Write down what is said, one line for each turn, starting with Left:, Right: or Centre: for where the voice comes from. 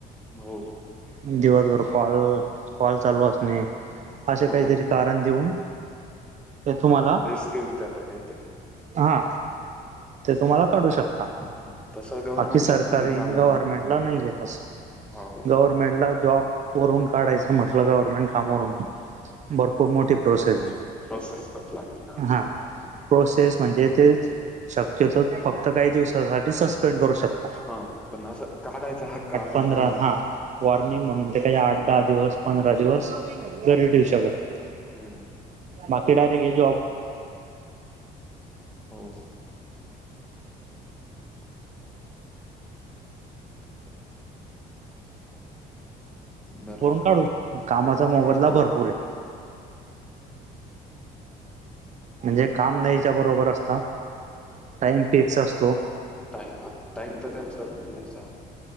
Centre: हो.
Right: दिवसभर कॉल कॉल चालू असणे. असे
Centre: हो
Right: काहीतरी कारण देऊन, ते तुम्हाला
Centre: एक्सक्यूज देता काहीतरी
Right: हा. ते तुम्हाला काढू शकता.
Centre: हम्म तसं गव्हर्नमेंट
Right: बाकी सरकारी
Centre: जॉब मध्ये
Right: आणि
Centre: चालत
Right: गव्हर्मेंटला
Centre: नाही हं
Right: नाहीये तसं.
Centre: हा
Right: गव्हर्नमेंटला जॉब करून काढायचं म्हटलं, गव्हर्नमेंट कामावरून भरपूर मोठी प्रोसेस आहे.
Centre: प्रोसेस पण लागते ना
Right: हा प्रोसेस म्हणजे तेच शक्यतो फक्त काही दिवसांसाठी सस्पेंड करू शक
Centre: हा पण असं काढायचा हक्क अजून
Right: पंधरा
Centre: त्यांला
Right: हा
Centre: नाही.
Right: वॉर्निंग म्हणून ते काय आठ दहा दिवस, पंधरा दिवस घरी ठेऊू शकत.
Centre: हम्म
Right: बाकी डायरेक्ट हे जॉब
Centre: हो. बरोबर
Right: करून
Centre: आहे
Right: काढू कामाचा मोबदला
Centre: हो
Right: भरपूरे. म्हणजे काम नाहीच्या बरोबर असतं. टाइम फिक्स अस
Centre: टाम हा टाईम तर त्यांच‌ म्हणजे असं